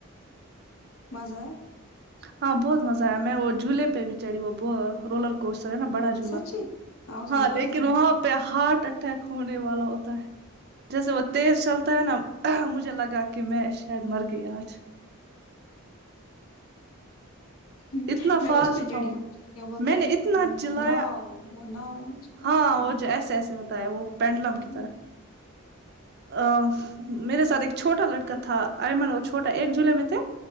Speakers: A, on the left; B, on the right.
A: مزہ ہے
B: ہاں بہت مزہ آیا ہے میں وہ جھولے پہ بھی چڑھی وہ رولر کوسر ہے نا بڑا جولا
A: سچی اس
B: ہاں
A: میں بہت
B: لیکن
A: زیادہ
B: وہاں پ پہ ہارٹ اٹیک ہونے والا ہوتا ہے جیسے وہ تیز چلتا ہے نا مجھے لگا کہ میں شاید مرگئی اج
A: ہوں
B: اتنا
A: میں
B: فاسٹ
A: اس میں
B: تھا
A: جڑی
B: وہ
A: ہوں اس کو کیا بولتے
B: میں نے
A: ہیں
B: اتنا چلایا
A: ناؤ وہ ناؤ ہے نا اس کو
B: ہاں
A: اسی میں
B: وہ جو ایسے ایسے ہوتا ہے وہ پینڈلم کی
A: ہوں
B: طرح ا میرے ساتھ ایک چھوٹا لڑکا تھا ایمن اور چھوٹا ایک جولائی میں تھے